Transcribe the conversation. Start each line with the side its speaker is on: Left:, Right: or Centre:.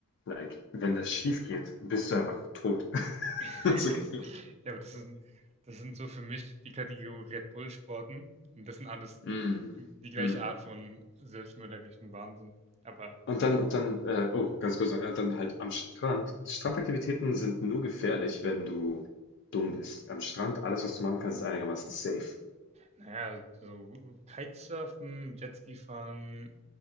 Left: Like, wenn das schief geht, bist du einfach tot. <laughs>
Right: <laughs>
Left: so gefühlt.
Right: Ja, aber das sind, das sind so für mich die Kategorie Red Bull-Sporten. Und das sind alles
Left: Mm,
Right: die gleiche
Left: mm.
Right: Art von selbstmörderischen Wahnsinn. Aber
Left: Und dann, und dann, äh, oh, ganz kurz, noch, ja, und dann halt am Strand. Strandaktivitäten sind nur gefährlich, wenn du dumm bist. Am Strand, alles, was du machen kannst, ist einigermaßen safe.
Right: naja, so Kitesurfen, Jetski fahren,